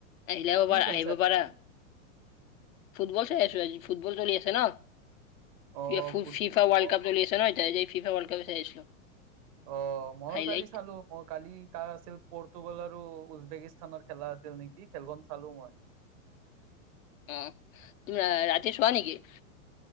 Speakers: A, on the left; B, on the right.
A: আহিলে <unintelligible>
B: কি খেল
A: আহিব
B: চাই আছা
A: পাৰা।
B: তুমি
A: ফুটবল চাই আছো আজি ফুটবল চলি আছে ন'
B: অ
A: কি ফু
B: ফুটবল
A: ফিফা ৱৰ্ল্ড কাপ চলি আছে ন' এতিয়া এই যে ফিফা ৱৰ্ল্ড কাপ চাই আছিলো।
B: অ', মইও
A: হাইলাইট
B: কালি চালো। অ', কালি কাৰ আছিল পৰতুগল আৰু উজবেকিস্তানৰ খেলা আছিল নেকি খেলখন চালো মই।
A: অ', তুমি ৰা-ৰাতি চোৱা নেকি?